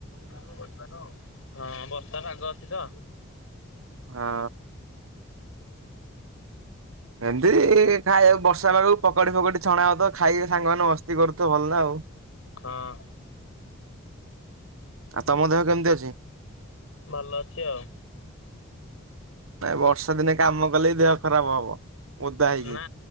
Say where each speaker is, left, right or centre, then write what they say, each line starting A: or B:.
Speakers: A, on the left; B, on the right.
A: ହଁ ବର୍ଷା ପାଗ ଅଛି ତ।
B: ହଁ ଏମିତି ଖାଇଆକୁ ବର୍ଷା ପାଗକୁ ପକଡି ଫକଡି ଛଣା ହଉଥବ ଖାଇକି ସାଙ୍ଗମାନେ ମସ୍ତି କରୁଥିବେ ଭଲ ନା ଆଉ।
A: ହଁ
B: ଆଉ ତମ ଦେହ କେମିତି ଅଛି?
A: ଭଲ ଅଛି ଆଉ।
B: ନାଇ ବର୍ଷା ଦିନେ କାମ କଲେ ହିଁ ଦେହ ଖରାପ ହବ ଓଦା ହେଇକି।
A: ନା